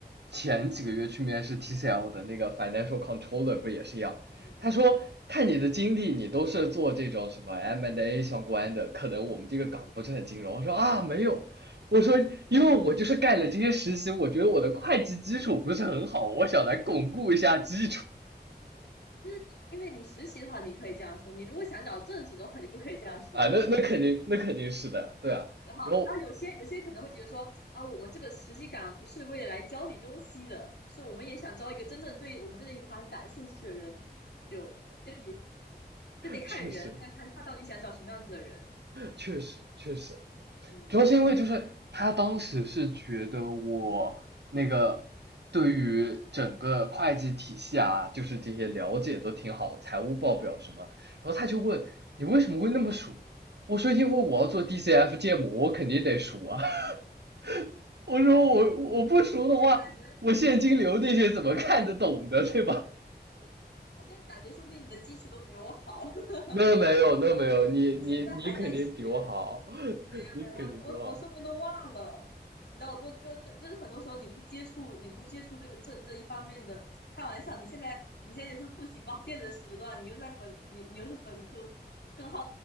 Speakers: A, on the right (about 75°); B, on the left (about 75°).
A: 前几个月去面试 TCL 的那个 financial controller 不也是一样，
B: 嗯
A: 他说看你的经历，你都是做这种什么 M&A and A 相关的，可能我们这个岗不是很金融。
B: 嗯，
A: 我说啊没有，我说因为我就是干了这些实习，我觉得我的会计基础不是很好，我想来巩固一下基础
B: 就是你因为你实习的话，你可以这样说；你如果想找正职的话，你不可以这样说。
A: 啊，那那肯定那肯定是的，
B: <laughs>
A: 对啊，
B: 然后，
A: 然后
B: 然后有些有些可能会觉得说啊，我们这个实习岗不是为了来教你东西的，是我们也想招一个真正对我们这一行感兴趣的人，就就也嗯就得看人，
A: 确实
B: 看看看他到底想找什么样子的人。
A: 确实确实，
B: 嗯，
A: 主要是因为就是他当时是觉得我那个对于整个会计体系啊，就是这些了解都挺好，财务报表什么，然后他就问你为什么会那么熟？我说因为我要做 DCF 建模，我肯定得熟啊。<laughs> 我说我我不熟的话，
B: 感觉现在感觉，
A: 我现金流那些怎么看得懂的，对吧？
B: 我现在感觉，说不定你的基础都比我好。<laughs>
A: <laughs> 那没有，那没有，你你你肯定比我好，
B: 你现在还在学，
A: <laughs>
B: 没有没有，
A: 你肯定比我好。
B: 我我我说不定都忘了。你知道我多就就就是很多时候你不接触，你不接触这个这这一方面的，开玩笑，你现在你现在也是复习报线的时段，你又在本你你又是本科，更好